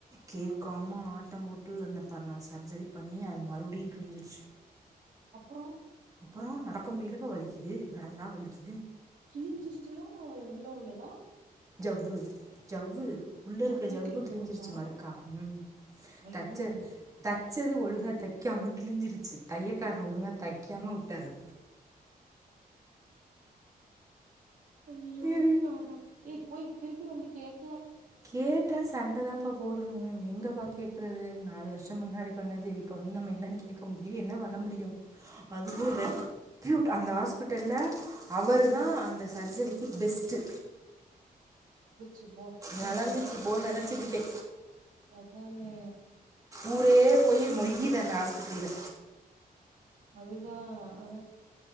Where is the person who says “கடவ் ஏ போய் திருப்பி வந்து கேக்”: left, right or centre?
Right